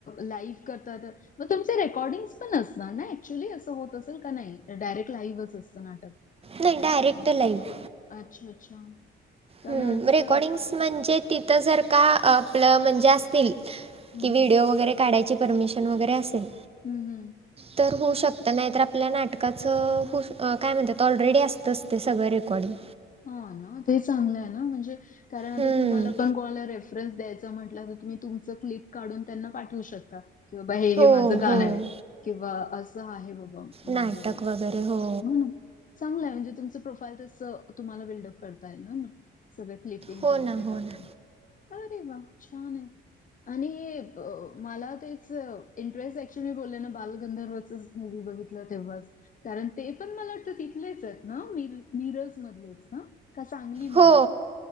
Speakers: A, on the left (about 40°); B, on the right (about 30°).
A: लाईक करत म तुमच रेकॉर्डिंग पण असणार ना ऍक्च्युली अस? होत असेल का नाही डायरेक्ट लाईव्हच असतं नाटक?
B: नाही डायरेक्ट लाईव्ह.
A: अच्छा! अच्छा! कारण
B: ह्
A: आजकाल
B: रेकॉर्डिंग्स म्हणजे तिथं जर का आपलं म्हणजे असतील.
A: हं,
B: कि व्हिडिओ
A: हं.
B: वगैरे काढायची परमिशन वगैरे असेल?
A: हम्, हम्
B: तर होऊ शकत नाही तर आपल्या नाटकाचं हो काय म्हणतात त ऑलरेडी असत असते सगळं रेकॉर्डिंग.
A: हा ना ते चांगलं आहे ना म्हणजे कारण आता
B: हम्म
A: तुम्हाला पण कॉल रे द्यायचा म्हटलं तर तुम्ही तुमचं क्लिप काढून त्यांना पाठवू शकता. किंबा हे
B: हो
A: हे माझं गाणं
B: हो
A: आहे किंवा असं आहे बाबा. माझं
B: नाटक वगैरे
A: <unintelligible>
B: हो.
A: म्ह. चांगय म्हणजे तुमचं प्रोफाईल तस तुम्हाला बिल्डअप करता येल सगळ क्ल चिंच
B: हो
A: वगैरे
B: ना हो
A: टाकून,
B: ना
A: अरे वा छान आहे. आणि मला तेच इंटरेस्ट ऍक्च्युली बोलले ना बालगंधर्वच बघितलं तेव्हाच कारण ते पण मला वाट तिथलेच आहेत ना मिरज? मधलेच ना? का सांगली? मधले
B: हो